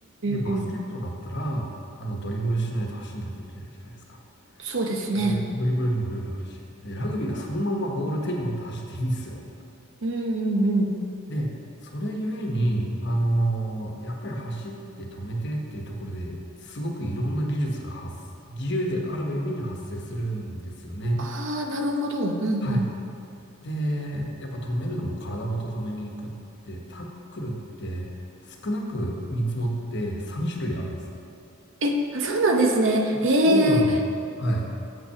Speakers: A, on the left (about 55°); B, on the right (about 60°).
A: で、バスケットだったら、
B: んうんうん。
A: あの、ドリブルしないと走んないといけないじゃないですか。
B: そうですね。
A: ドリブルにもルールあるし。で、ラグビーはそのままボール手に持って走っていいんですよ。
B: うんうんうん。
A: で、それゆえに、あのーやっぱり走って止めてっていうところですごくいろんな技術が発、自由であるがゆえに発生するんですよね。
B: ああ、なるほど。うんうん。
A: はい。で、やっぱ止めるのも体ごと止めに行くって、タックルって少なく見積もって3種類あるんです。
B: え、そうなんですね。ええ
A: そうなんです。はい。